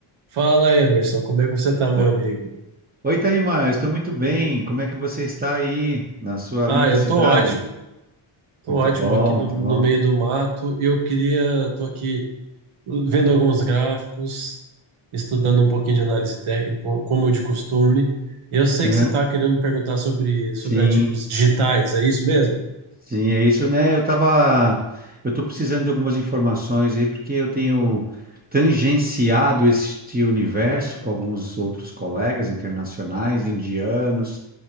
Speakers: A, on the right; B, on the right.
A: Fala, Emerson, como é que você tá, meu
B: O-
A: amigo?
B: Oi, Taimar, estou muito bem. Como é que você está aí na sua
A: Ah,
B: linda
A: eu
B: cidade?
A: tô ótimo. Tô
B: Muito
A: ótimo
B: bom,
A: aqui no,
B: muito
A: no
B: bom.
A: meio do mato. Eu queria, tô aqui vendo alguns gráficos, estudando um pouquinho de análise técnica, como de costume. Eu sei
B: Aham,
A: que você tá querendo me perguntar sobre, sobre
B: Sim,
A: ativos digitais, é isso mesmo?
B: sim, é isso, né? Eu tava, eu tô precisando de algumas informações aí porque eu tenho tangenciado este universo com alguns outros colegas internacionais, indianos,